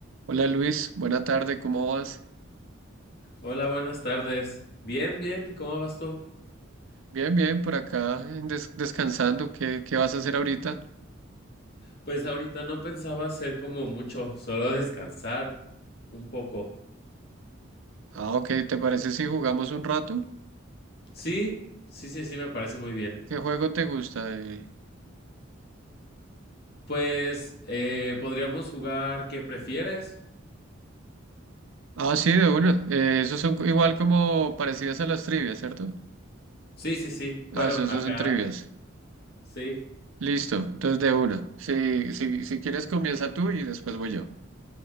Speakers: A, on the right; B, on the left.
A: Hola Luis, buena tarde, ¿cómo vas?
B: Hola, buenas tardes. Bien, bien, ¿y cómo vas tú?
A: Bien, bien, por acá en des- descansando. ¿Qué, qué vas a hacer ahorita?
B: Pues ahorita no pensaba hacer como mucho, solo descansar un poco.
A: Ah, ok, ¿te parece si jugamos un rato?
B: Sí, sí, sí, sí, me parece muy bien.
A: ¿Qué juego te gusta? Eh,
B: Pues eh, podríamos jugar ¿qué prefieres?
A: Ah, sí, de una. Eh, esos son co- igual como parecidas a las trivias, ¿cierto?
B: Sí, sí, sí.
A: Ah,
B: Bueno,
A: esos,
B: acá
A: esos son trivias.
B: sí.
A: Listo, entonces de una. Si, si, si quieres comienza tú y después voy yo.